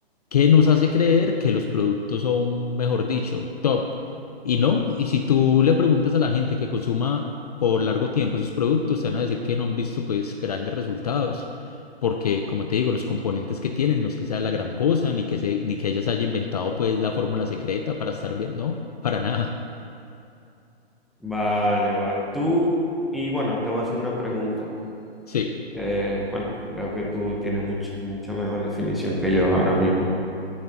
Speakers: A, on the left (about 40°); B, in the centre.
A: que nos hace creer que los productos son, mejor dicho, top. Y no, y si tú le preguntas a la gente que consuma por largo tiempo esos productos, te van a decir que no han visto pues grandes resultados, porque como te digo, los componentes que tienen no es que sea la gran cosa, ni que se, ni que ellas haya inventado pues la fórmula secreta para estar bien, no, para nada.
B: Vale, vale. Tú, y bueno, te voy a hacer una pregunta.
A: Sí,
B: que, bueno, veo que tú tienes mucho, mucha mejor definición que yo ahora mismo.